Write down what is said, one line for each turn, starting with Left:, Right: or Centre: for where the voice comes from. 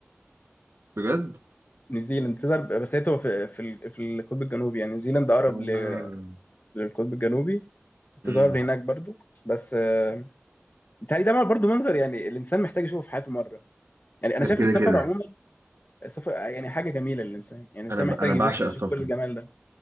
Right: بجد
Left: نيوزيلند بتظهر بس هي بتبقى في في ال- في القطب الجنوبي يعني نيوزيلند اقرب
Right: آه.
Left: ل- للقطب الجنوبي بتظهر
Right: مم.
Left: هناك برضو بس آه، بيتهيألي ده برضو منظر يعني الانسان محتاج يشوفه في حياته مره يعني انا
Right: ده
Left: شايف
Right: كده
Left: السفر
Right: كده
Left: عموما سفر يعني حاجة جميلة للإنسان يعني الإنسان
Right: انا ب...
Left: محتاج
Right: انا بعشق
Left: يبص
Right: السفر
Left: يشوف كل الجمال ده